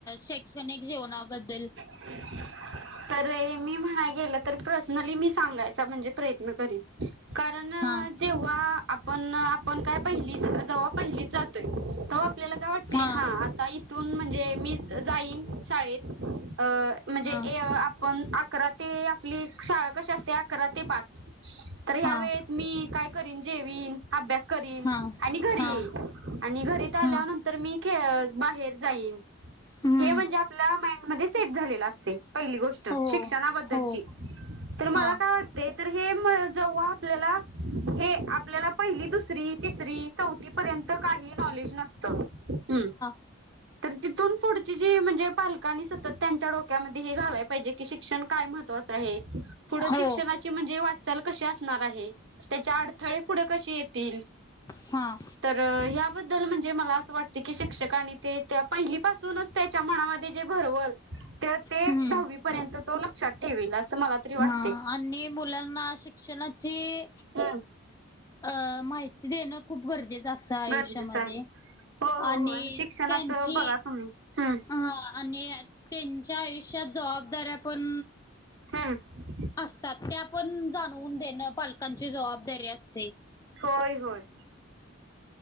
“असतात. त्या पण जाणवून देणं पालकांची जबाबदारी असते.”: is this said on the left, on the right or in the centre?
Left